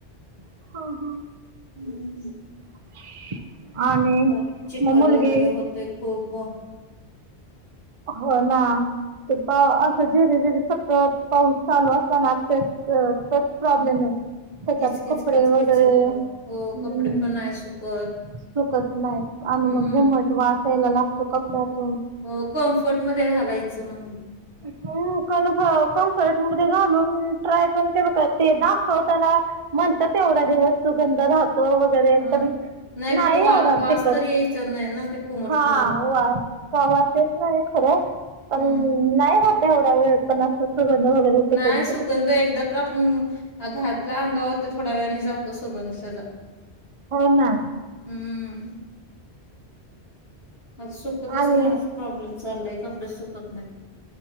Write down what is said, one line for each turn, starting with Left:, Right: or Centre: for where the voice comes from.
Right: आहे
Left: हम्म
Right: <unintelligible> आणि
Left: ब चखल
Right: मग मुलगी
Left: वगैरे होतेय खूप
Right: हो ना ते प असं जेर जेरी फतत पाऊस चालू असला ना ते तरच प्रॉब्लेम आहे त्याच्यात
Left: किचकिच
Right: कपडे
Left: किचकीच
Right: वगैरे
Left: होत हो
Right: हम्म
Left: कपडे पण आहे सुकत
Right: सुकत नाहीत आणि
Left: हम्म
Right: मग घुमट वा असयला लागतो कपड्यात
Left: हो कम्फर्ट मध्ये घालायचं मग
Right: ह् कन्फ कम्फर्ट मध्ये घालून ट्राय पण केलं का ते दाखवताना म्हणतात तेवढ्या जे वस्तू गंध राहतो वगैरे
Left: हा
Right: पण नाही
Left: पण वा
Right: एवढणार
Left: वास
Right: तेिकत
Left: तर यायचा नाही ना ते कोमट
Right: हा
Left: कोमट
Right: वास वासच नाही खरं पण
Left: हम्म
Right: नाही राहत एवढा वेळ पण असं सुगंध वगैरे टिकून
Left: नाही सुगंध एकदा तर आपण घरातल्या अंगावर ते थोड्या वेळाने जातो सगंध त्याचा
Right: हो ना
Left: हम्म आता सुकतच
Right: आणि
Left: नाही आ प्रॉब्लेम चाललाय कपडे सुकत नाही